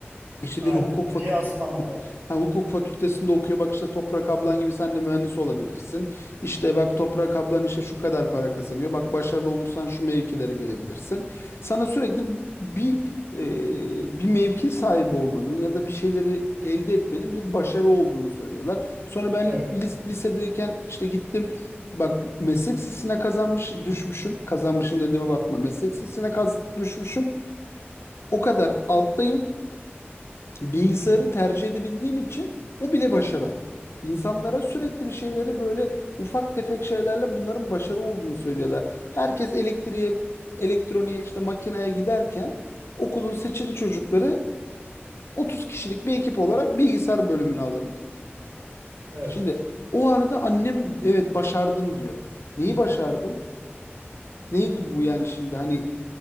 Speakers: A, on the left; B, on the right.
A: İşte
B: Aynen.
A: biri hukuk fakültesi
B: Kıyaslama var.
A: ha, hukuk fakültesinde okuyor. Bak işte Toprak ablan gibi sen de mühendis olabilirsin. İşte bak Toprak ablan işte şu kadar para kazanıyor. Bak başarılı olursan şu mevkilere gelebilirsin. Sana sürekli bir e, bir mevki sahibi olmanın ya da bir şeyleri elde etmenin bir başarı olduğunu söylüyorlar. Sonra ben
B: Evet.
A: lis- lisedeyken işte gittim Bak meslek sesine kazanmış düşmüşüm. Kazanmışım dediğime bakma. Meslek sesine kaz düşmüşüm. O kadar alttayım bilgisayarı tercih edebildiğim için o bile başarı. İnsanlara sürekli bir şeyleri böyle ufak tefek şeylerle bunların başarı olduğunu söylüyorlar. Herkes elektriğe, elektroniğe işte makineye giderken okulun seçili çocukları 30 kişilik bir ekip olarak bilgisayar bölümüne alındı.
B: Evet.
A: Şimdi o arada annem evet başardın diyor. Neyi başardım? Neydi bu yani şimdi hani